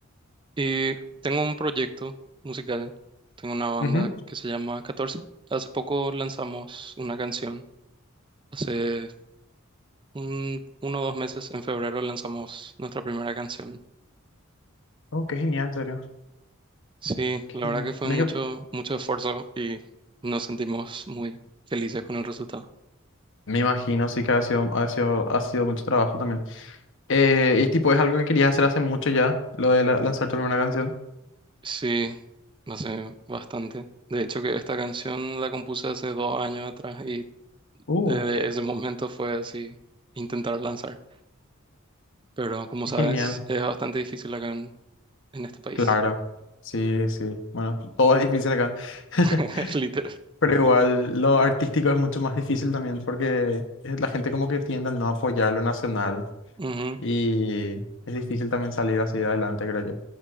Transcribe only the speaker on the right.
Y tengo un proyecto musical, tengo una banda
que se llama catorce Hace poco lanzamos una canción, hace un, uno o dos meses, en febrero lanzamos nuestra primera canción.
Sí,
la
verdad que fue
mucho,
mucho esfuerzo y nos sentimos muy felices con el resultado.
Sí, hace bastante. De hecho, que esta canción la compuse hace dos años atrás y
desde ese momento fue así intentar lanzar. Pero como
sabes,
es bastante difícil acá en este país.
<laughs> Literal.
Ujú.